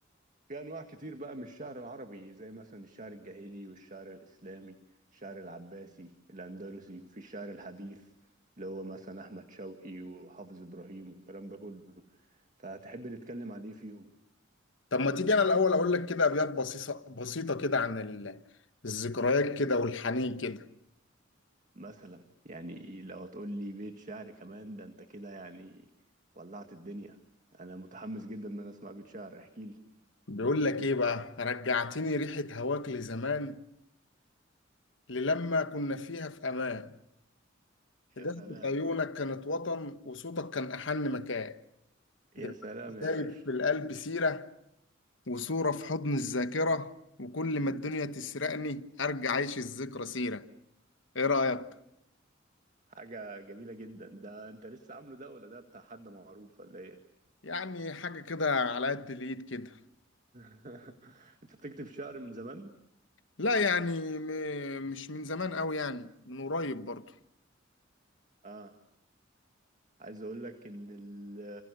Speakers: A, on the right; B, on the left.
A: في أنواع كتير بقى من الشعر العربي زي مثلا الشعر الجاهلي والشعر الإسلامي الشعر العباسي الأندلسي وفي الشعر الحديث اللي هو مثلا أحمد شوقي وحافظ إبراهيم والكلام ده كله فهتحب نتكلم عن إيه فيهم؟
B: طب ما تيجي انا الاول اقول لك كده ابيات بسيطة بسيطة كده عن ال- الذكريات كده والحنين كده
A: مثلا يعني لو هتقول لي بيت شعر كمان ده انت كده يعني ولعت الدنيا انا متحمس جدا ان انا اسمع بيت شعر احكي لي
B: بيقول لك ايه بقى رجعتني ريحة هواك لزمان للما كنا فيها في امان إجازة
A: يا سلام
B: عيونك كانت وطن وصوتك كان أحن مكان
A: يا
B: دلوقتي
A: سلام يا
B: سايب
A: باشا
B: في القلب سيرة وصورة في حضن الذاكرة وكل ما الدنيا تسرقني أرجع أعيش الذكرى سيرة إيه رأيك؟
A: حاجة جميلة جدا ده انت لسه عامله ده ولا ده بتاع حد معروف ولا ايه
B: يعني حاجة كده على قد الإيد كده
A: <laughs> انت بتكتب شعر من زمان
B: لا يعني م- مش من زمان أوي يعني من قريب برضو
A: اه عايز اقول لك ان ال-